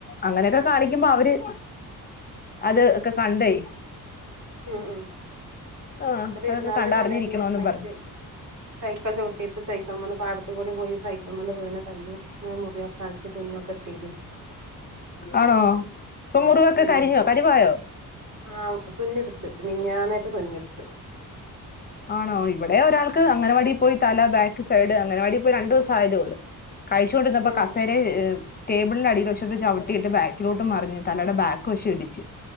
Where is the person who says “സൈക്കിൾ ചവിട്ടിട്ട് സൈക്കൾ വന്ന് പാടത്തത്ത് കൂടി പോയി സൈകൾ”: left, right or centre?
Right